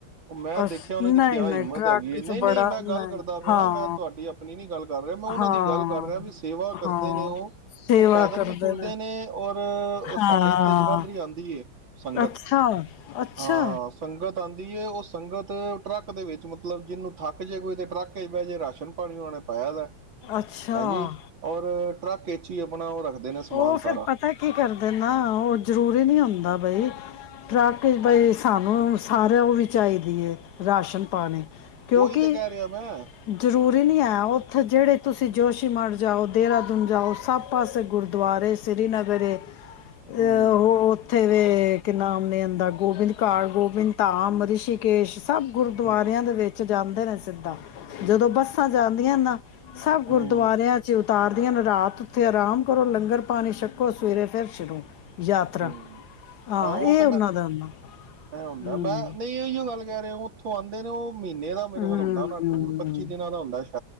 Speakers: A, on the right; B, on the left.
A: ਮੈਂ
B: ਬਸ
A: ਦੇਖਿਆ ਉਹਨਾਂ
B: ਨਹੀਂ
A: ਦੀ ਕਿਆ
B: ਨਹੀਂ
A: ਹਿੰਮਤ
B: ਟਰੱਕ
A: ਹੈਗੀ ਐ। ਨਹੀਂ
B: ਚ
A: ਨਹੀਂ
B: ਬੜਾ
A: ਮੈਂ ਗੱਲ
B: ਨਹੀਂ
A: ਕਰਦਾ ਪਿਆ।
B: ਹਾਂ
A: ਮੈਂ ਤੁਹਾਡੀ ਆਪਣੀ ਨਹੀਂ ਗੱਲ ਕਰ ਰਿਹਾ। ਮੈਂ ਉਹਨਾਂ
B: ਹਾਂ
A: ਦੀ ਗੱਲ ਕਰ ਰਿਹਾ ਵੀ ਸੇਵਾ ਕਰਦੇ
B: ਹਾਂ
A: ਨੇ ਉਹ,
B: ਸੇਵਾ
A: ਉਹ ਪੈਦਲ
B: ਕਰਦੇ
A: ਵੀ ਤੁਰਦੇ ਨੇ। ਔਰ ਉਹ ਸਾਡੇ
B: ਹਾਂ
A: ਇੱਥੇ ਜਗਾਧਰੀ ਆਉਂਦੀ ਐ, ਸੰਗਤ।
B: ਅੱਛਾ ਅੱਛਾ
A: ਹਾਂ ਸੰਗਤ ਆਉਂਦੀ ਐ, ਉਹ ਸੰਗਤ ਟਰੱਕ ਦੇ ਵਿੱਚ ਮਤਲਬ ਜਿਹਨੂੰ ਥੱਕ ਜੇ ਕੋਈ ਤਾਂ ਟਰੱਕ ਕਈ ਵਾਰ ਜੇ ਰਾਸ਼ਨ ਪਾਣੀ ਉਹਨਾਂ ਨੇ ਪਾਇਆ ਦਾ।
B: ਅੱਛਾ
A: ਹਾਂਜੀ ਔਰ ਟਰੱਕ ਇਹ ਆਪਣਾ ਉਹ ਰੱਖਦਾ। ਦੇ ਨੇ ਸਮਾਨ
B: ਉਹ
A: ਸਾਰਾ।
B: ਫਿਰ ਪਤਾ ਕੀ ਕਰਦੇ ਨਾ ਉਹ ਜ਼ਰੂਰੀ ਨਹੀਂ ਹੁੰਦਾ ਬਈ। ਟਰੱਕ ਬਈ ਸਾਨੂੰ ਸਾਰਿਆਂ ਉਹ ਵੀ ਚਾਹੀਦੀ ਐ, ਰਾਸ਼ਨ ਪਾਣੀ। ਕਿਉਂਕਿ
A: ਉਹੀ ਤੇ ਕਹਿ ਰਿਹਾ ਮੈਂ
B: ਜ਼ਰੂਰੀ ਨਹੀਂ ਐ, ਉੱਥੇ ਜਿਹੜੇ ਤੁਸੀਂ ਜੋਸ਼ੀ ਮਠ ਜਾਓ, ਦੇਹਰਾਦੂਨ ਜਾਓ, ਸਭ ਪਾਸੇ ਗੁਰ ਦੁਆਰੇ ਸ੍ਰੀਨਗਰ ਐ।
A: ਹੂੰ
B: ਅਹ ਉਹ ਉੱਥੇ ਦੇ ਕੀ ਨਾਮ ਨੇ ਆਂਦਾ, ਗੋਬਿੰਦ ਕਾਲ, ਗੋਬਿੰਦ ਧਾਮ, ਰਿਸ਼ੀਕੇਸ਼। ਸਭ ਗੁਰਦੁਆਰਿਆਂ
A: ਹੂੰ
B: ਦੇ ਵਿੱਚ ਜਾਂਦੇ ਨੇ। ਇੱਦਾਂ ਜਦੋਂ ਬੱਸਾਂ ਜਾਂਦੀਆਂ ਨਾ। ਸਭ ਗੁਰਦੁਆਰਿਆਂ
A: ਹੂੰ
B: ਚ ਉਤਾਰ ਰਾਤ ਉੱਥੇ ਆਰਾਮ ਕਰੋ ਲੰਗਰ ਪਾਣੀ ਛੱਕੋ, ਸਵੇਰੇ ਫਿਰ ਸ਼ੁਰੂ। ਯਾਤਰਾ
A: ਹੂੰ, ਹਾਂ ਉਹ
B: ਇਹ
A: ਤੇ ਮੈਂ
B: ਉਹਨਾਂ ਦਾ ਹੁੰਦਾ
A: ਮੈਂ ਹੁੰਦਾ
B: ਹੂੰ
A: ਮੈਂ ਨਹੀਂ ਉਹੀ ਓ ਗੱਲ ਕਹਿ ਰਿਹਾ ਉਥੋਂ ਉਹ ਆਉਂਦੇ ਨੇ ਉਹ ਮਹੀਨੇ ਦਾ ਮੇਰੇ
B: ਹੂੰ
A: ਖਿਆਲ ਹੁੰਦਾ ਉਹਨਾਂ ਦਾ ਟੂਰ, ਪੱਚੀ
B: ਹੂੰ,
A: ਦਿਨਾਂ ਦਾ ਹੁੰਦਾ ਸ਼